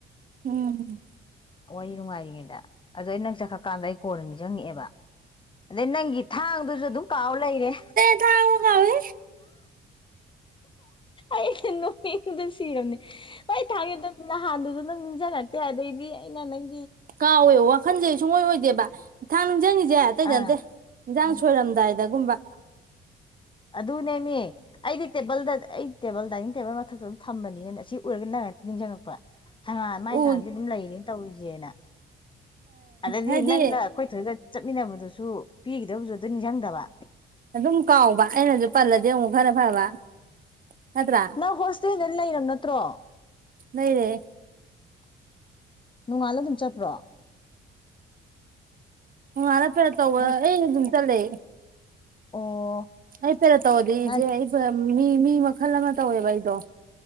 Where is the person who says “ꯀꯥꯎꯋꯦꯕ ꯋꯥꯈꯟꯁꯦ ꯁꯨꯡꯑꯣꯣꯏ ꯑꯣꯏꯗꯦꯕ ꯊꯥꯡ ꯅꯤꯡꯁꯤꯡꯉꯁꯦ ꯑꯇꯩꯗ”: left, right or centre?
Right